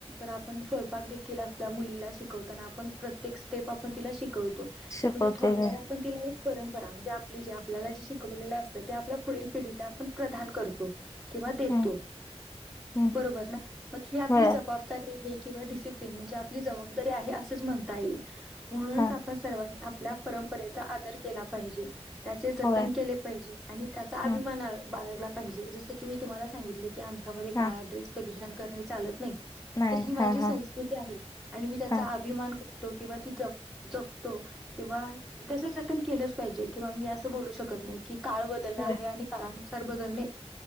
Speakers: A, in the centre; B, on the left (about 30°).
A: आपण स्वयंपाक देखील आपल्या मुलीला शिकवताना आपणं प्रत्येक स्टेप आपणं तिला शिक शिकवतो
B: शिकवते
A: म्हणजे थोडक्यात
B: मी
A: आपणं तिला एक परंपरा म्हणजे आपलीं जे आपल्याला जे शिकवलेलं असतं ते आपल्या पुढील पिढीला आपणं प्रदान करतों किंवा देतो
B: हम्म हम्म
A: बरोबर ना मंग ही आपलीं
B: होय
A: जबाबदारी आहे. किंवा डिसिप्लिन म्हणजे आपलीं जबाबदारी आहे असंच म्हणता येईल म्हणून
B: हा
A: आपणं सर्वांनी आपल्या परंपरेचा आदर केला पाहिजे. त्यांचे जतन
B: होय
A: केलें पाहिजे आणि त्यांचा अभिमान
B: हम्म
A: बाळगला पाहिजे. पाहिजे जसं की मी तुम्हांला सांगितलें की आमच्यामध्ये काळा
B: हा
A: ड्रेस परिधान करणे नाही चालतं नाहीं
B: नाही
A: तर ही माझी
B: हा
A: संस्कृती
B: हा
A: आहे आणि मी त्यांचा
B: हा
A: अभिमान किंवा ती जपतो किंवा त्याचं जतन केलंच पाहिजे किंवा मी असं बोलू शकत नाहीं की काळ बदलला
B: होय
A: आहे आणि काळानुसार संस्कार बदलाने